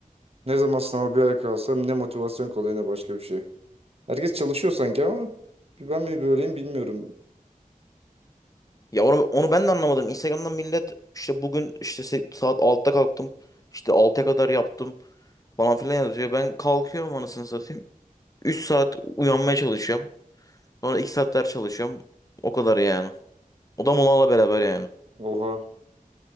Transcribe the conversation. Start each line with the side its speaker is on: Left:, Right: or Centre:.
Right: Ne zaman sınava bir ay kalsam ne motivasyon kalıyor ne başka bir şey. Herkes çalışıyor sanki ama bir ben mi böyleyim bilmiyorum.
Left: Ya onu, onu ben de anlamadım. Instagram'dan millet işte bugün işte se- saat 6'da kalktım. işte 6'ya kadar yaptım falan filan yazıyor. Ben kalkıyorum anasını satayım. 3 saat uyanmaya çalışıyorum. Sonra 2 saat ders çalışıyorum. O kadar yani. O da molayla beraber yani.
Right: Oha.